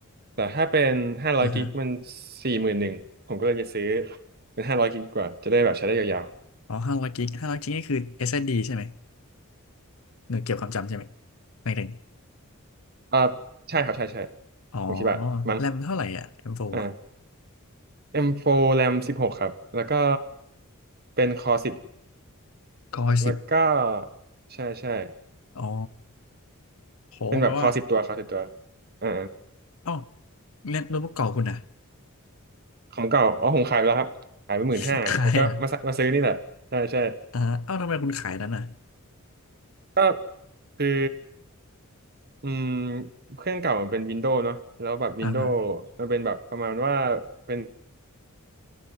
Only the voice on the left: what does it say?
อ่าฮะ
อ๋อห้าร้อยกิกห้าร้อยกิกนี่คือ SSD ใช่ไหมหน่วยเกี่ยวความจำใช่ไหมไม่ถึง
อ๋อ
แรมเท่าไหร่อ่ะ M4 อมโฟร์อ่ะ
ก็สิบ
อ๋อโหแปลว่า
เอ้าเนี่ยโน้ตบุ๊กเก่าคุณนะ
<laughs> ขายอ่ะอ่าเอ้าทำไมคุณขายนั้นอ่ะ
อ่าฮะ